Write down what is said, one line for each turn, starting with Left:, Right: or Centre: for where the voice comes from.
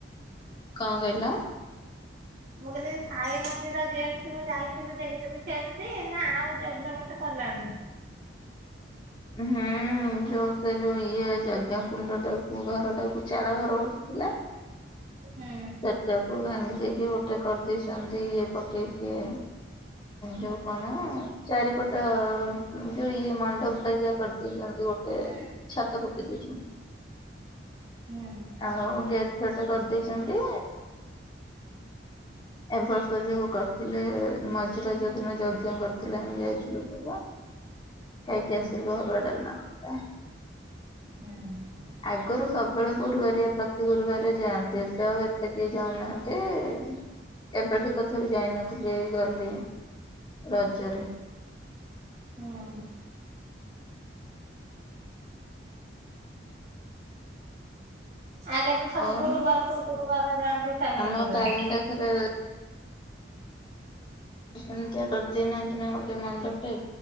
Left: କଣ କହିଲ?
Right: ମୁଁ କହିଲି ସାଇ ମନ୍ଦିର ଯେମିତି ମୁଁ ଯାଇଥିଲି ଦେଖିଥିଲି ସେମିତି ନା ଆଉ ଡେଭଲପମେଣ୍ଟ କଲାଣି?
Left: ହୁଁ ଯୋଉ ସେ ଯୋଉ ଇଏ ଯଜ୍ଞ କୁଣ୍ଡ ଟାକୁ ଘର ଟାକୁ ଚାଳ ଘର ଗୋଟେ ଥିଲା?
Right: ହୁଁ।
Left: ସେଟାକୁ ଭାଙ୍ଗି ଦେଇକି ଗୋଟେ କରି କରି ଦେଇଛନ୍ତି ଇଏ ପକେଇକି ଯୋଉ କଣ ଚାରିପଟ ଯୋଉ ଇଏ ମଣ୍ଡପ ଟକିଆ କରିଦେଇଛନ୍ତି ଗୋଟେ
Right: ହୁଁ
Left: ଛାତ ପକେଇ ଦେଇଛନ୍ତି।
Right: ହୁଁ
Left: ଆଉ ଗେଟ୍ ଫେଟ କରିଦେଇଛନ୍ତି। ଏବର୍ଷ ଯୋଉ କରିଥିଲେ ମଝିରେ ଯଉ ଦିନ ଯଜ୍ଞ କରିଥିଲେ ଆମେ ଯାଇଥିଲୁ ସବୁ।
Right: ହୁଁ
Left: କି ଆସିଲୁ ଅରୁଆ ଡାଲମା ଭାତ
Right: ହୁଁ।
Left: ଆଗରୁ ସବୁବେଳେ ଗୁରୁବାରିଆ ପ୍ରତି ଗୁରୁବାରେ ଯାଆନ୍ତି ଏବେ ଆଉ ଏତେ କେହି ଯାଉନାହାନ୍ତି। ମତେ କେବେଠୁ ତଥାପି ଯାଇନଥିଲି ଏଇ ଗଲି ରଜରେ।
Right: ହଁ। ଆଗେ ତ ସବୁ
Left: ଆଉ
Right: ଗୁରୁବାରକୁ ଗୁରୁବାର ଯାଆନ୍ତି। ସାଇ
Left: ଆମ
Right: ମନ୍ଦିର।
Left: ଟାଇମ୍ ରେ ଥରେ ସେମିତିଆ କରି ଦେଇନାହାଁନ୍ତି ନା ଗୋଟେ ମଣ୍ଡପରେ